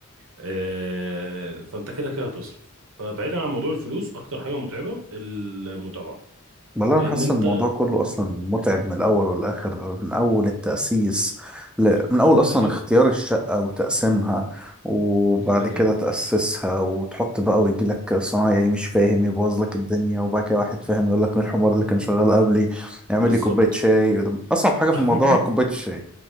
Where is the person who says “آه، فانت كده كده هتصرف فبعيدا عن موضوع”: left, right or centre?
Right